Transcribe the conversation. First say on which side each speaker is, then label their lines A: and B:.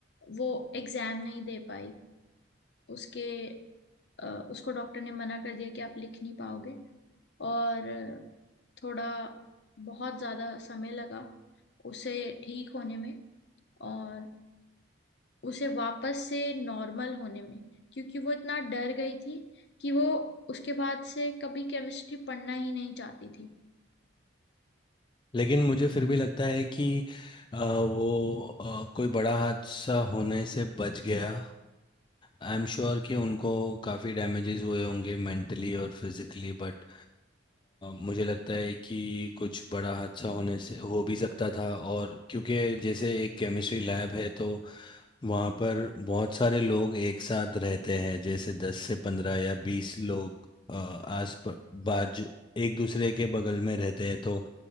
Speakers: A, on the left; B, on the left.
A: वो एग्जाम नहीं दे पाई उसके अ, उसको डॉक्टर ने मना कर दिया कि आप लिख नहीं पाओगे और थोड़ा बहुत ज़्यादा समय लगा उसे ठीक होने में और उसे वापस से नॉर्मल होने में क्योंकि वो इतना डर गई थी कि वो उसके बाद से कभी केमिस्ट्री पढ़ना ही नहीं चाहती थी
B: लेकिन मुझे फिर भी लगता है कि अ, वो अ, कोई बड़ा हादसा होने से बच गया आई एम श्योर कि उनको काफ़ी डैमेजेस हुए होंगे मेंटली और फिजिकली बट मुझे लगता है कि कुछ बड़ा हादसा होने से हो भी सकता था और क्योंकि जैसे एक केमिस्ट्री लैब है तो वहाँ पर बहुत सारे लोग एक साथ रहते हैं जैसे दस से पंद्रह या बीस लोग अ, आस प- बाजू एक दूसरे के बगल में रहते हैं तो